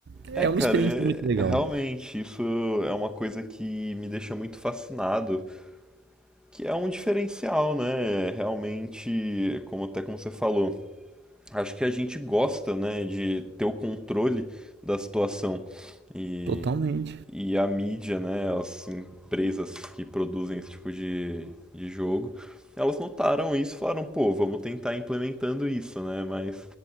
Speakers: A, on the right; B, in the centre.
A: é
B: É, cara,
A: uma experiência
B: é-
A: muito legal.
B: é realmente, isso é uma coisa que me deixa muito fascinado, que é um diferencial, né? É Realmente, como até como você falou, acho que a gente gosta, né, de ter o controle da situação. E,
A: Totalmente.
B: e a mídia, né, as empresas que produzem esse tipo de, de jogo, elas notaram isso e falaram, pô, vamos tentar implementando isso, né, mas